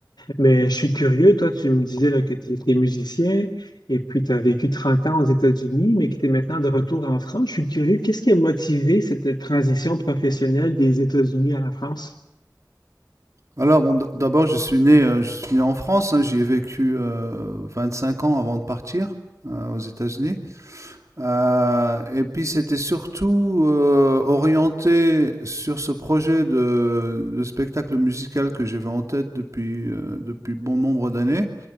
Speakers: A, on the left; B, on the right.
A: Mais je suis curieux, toi, tu me disais là, que tu étais musicien et puis tu as vécu 30 ans aux États-Unis, mais que tu es maintenant de retour en France. Je suis curieux, qu'est-ce qui a motivé cette transition professionnelle des États-Unis à la France?
B: Alors, bon, d- d'abord, je suis né, euh, je suis né en France. hein, j'y ai vécu euh, 25 ans avant de partir euh, aux États-Unis. Euh, et puis, c'était surtout euh, orienté sur ce projet de, de spectacle musical que j'avais en tête depuis, euh, depuis bon nombre d'années.